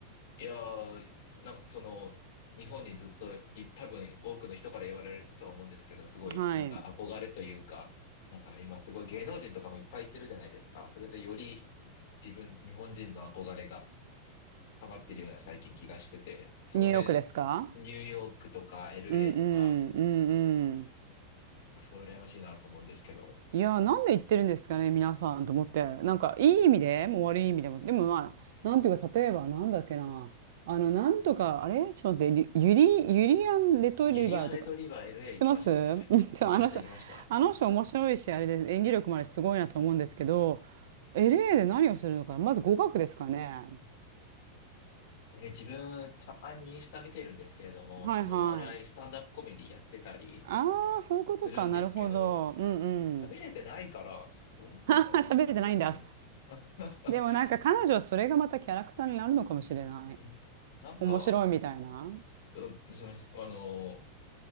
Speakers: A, on the left (about 50°); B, on the right (about 55°).
A: いやー、なんかその、日本にずっとい、多分多くの人から言われるとは思うんですけど、すごい、
B: はい。
A: なんか憧れというか、なんか今すごい芸能人とかもいっぱい行ってるじゃないですか。それでより自分、日本人の憧れが溜まってるような最近気がしてて、その辺、
B: ニューヨークですか
A: ニューヨークとか LA
B: うんうんうんうん。
A: とか、なんかすごい羨ましいなと思うんですけど、
B: いやー、なんで言ってるんですかね、皆さんと思って。なんか、いい意味でも悪い意味でも。でもまあ、なんていうか、例えば、なんだっけな。あの、なんとか、あれちょっと待って、リユリ、ユリアン・レトリバーとか、
A: ユリアネとリバ
B: っ
A: LA 行きましたね。
B: てます <laughs> うんちょあの人、
A: いました、行きました。
B: あの人面白いし、あれで演技力もあるし、すごいなと思うんですけど、LA で何をするのか、まず語学ですかね。
A: えー自分、たまにインスタ見てるんですけれども、
B: はいはい。
A: そのお笑い、スタンダップコメディやってたり、
B: ああ、そういうことか。
A: するんですけど、
B: なるほど。うんうん。
A: 喋れてないから、どうなんだろうって感じですよね。
B: あー喋れてないんだ。
A: <laughs>
B: でもなんか彼女はそれがまたキャラクターになるのかもしれない。
A: うん、なんか、
B: 面白いみたいな。
A: どすみません、あの、